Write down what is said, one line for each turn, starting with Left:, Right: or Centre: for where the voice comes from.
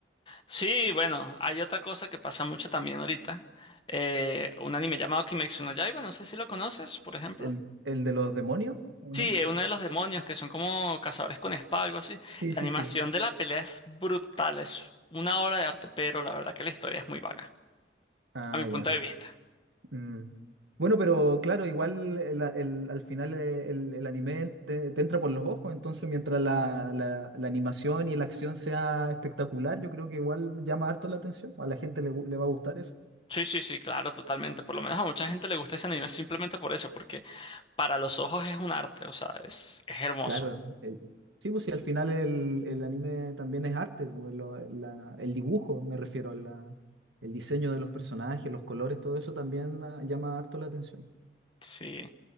Left: Sí, bueno, hay otra cosa que pasa mucho también ahorita, eh, un anime llamado Kimetsu no Yaiba, no sé si lo conoces, por ejemplo.
Right: ¿El, el de los demonios? ¿O
Left: Sí,
Right: no?
Left: eh, uno de los demonios que son como cazadores con espada, algo así.
Right: Sí,
Left: La
Right: sí,
Left: animación
Right: sí.
Left: de la pelea es brutal, es una obra de arte, pero la verdad que la historia es muy vaga,
Right: Ah,
Left: a mi punto
Right: ya.
Left: de vista.
Right: Mm. Bueno, pero claro, igual el- el- al final eh, el, el anime te, te entra por los ojos, entonces mientras la, la- la animación y la acción sea espectacular, yo creo que igual llama harto la atención, a la gente le, gu- le va a gustar eso.
Left: Sí, sí, sí, claro, totalmente. Por lo menos a mucha gente le gusta ese anime simplemente por eso, porque para los ojos es un arte, o sea, es, es hermoso.
Right: Claro, el- sí, pues si al final el, el anime también es arte, pues, lo- la- el dibujo me refiero, la- el diseño de los personajes, los colores, todo eso también ah, llama harto la atención.
Left: Sí.